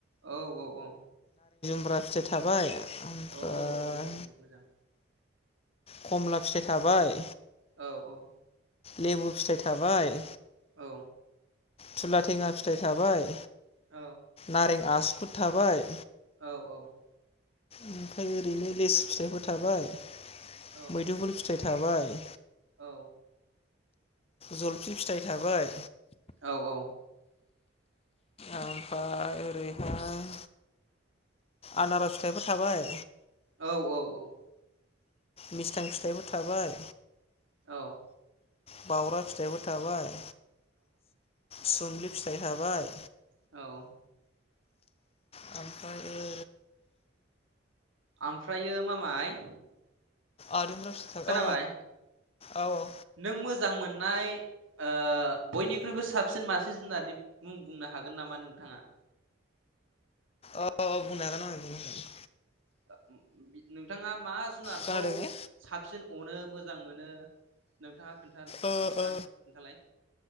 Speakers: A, on the right; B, on the left.
A: औ औ औ
B: खुमब्रा फिथाइ थाबाय ओमफ्राय
A: औ बरिया ओं मोजां
B: खमला फिथाइ थाबाय
A: औ औ
B: लेबु फिथाइ थाबाय
A: औ
B: थुला थेङा फिथाइ थाबाय
A: औ
B: नारें आसुगुद थाबाय
A: औ औ
B: ओमफ्राय ओरैनो लेसु फिथाइफोर थाबाय
A: औ
B: मैदुफुल फिथाइ थाबाय
A: औ
B: जलफि फिथाइ थाबाय
A: औ औ
B: ओमफ्राय ओरैहाय आनारस फिथाइफोर थाबाय
A: औ औ औ
B: मिस्थां फिथाइफोर थाबाय
A: औ
B: बावरा फिथाइबो थाबाय सुम्लि फिथाइ थाबाय
A: औ
B: ओमफ्राय ओ
A: ओमफ्रायो मामाय
B: आरो <unintelligible>
A: खोनाबाय
B: औ-औ
A: नों मोजां मोननाय ओ बयनिख्रुइबो साबसिन मासे जुनारनि मुं बुंनो हागोन नामा नोंथाङा?
B: ओ बुंनो हागोन मामाय बुंनो हागोन।
A: <unintelligible> नोंथाङा मा जुनारखौ
B: खोनादों ने
A: साबसिन अनो मोजां मोनो नोंथाङा खोन्था-खोनथानो-खोनथालाय।
B: ओ ओ